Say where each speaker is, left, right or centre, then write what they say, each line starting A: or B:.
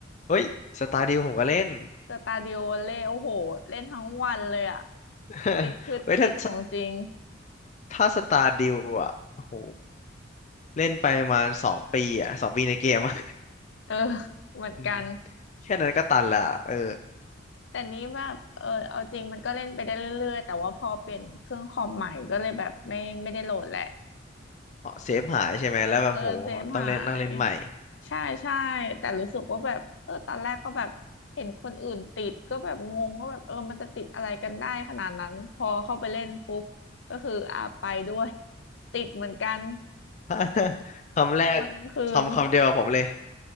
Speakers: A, on the left; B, on the left.
A: เฮ้ยสตาร์ดิวผมก็เล่น
B: สตาร์ดิวเล่โอ้โหเล่นทั้งวันเลยอะ
A: <laughs>
B: ติดคือติดของจริง
A: เฮ้ยถ้า ถ้าสตาร์ดิวอ่ะโหเล่นไปประมาณสองปีอ่ะสองปีในเกมอะ <laughs>
B: เออเหมือนกัน
A: อืมแค่นั้นก็ตันละเออ
B: แต่นี้แบบเออเอาจริงมันก็เล่นไปได้เรื่อยๆแต่ว่าพอเปลี่ยนเครื่องคอมใหม่ก็เลยแบบไม่ไม่ได้โหลดแหละ
A: อ๋อเซฟหายใช่ไหมแล้วแบบโหต้องเล่นนั่งเล่นใหม่
B: เออเซฟหาย ใช่ใช่แต่รู้สึกว่าแบบเออตอนแรกก็แบบเห็นคนอื่นติดก็แบบงงว่าแบบเออมันจะติดอะไรกันได้ขนาดนั้นพอเข้าไปเล่นปุ๊บก็คืออ่าไปด้วย <laughs> ติดเหมือนกัน
A: <laughs> คำแรก
B: ทั้งวันทั้งคืน
A: คำคำเดียวกับผมเลย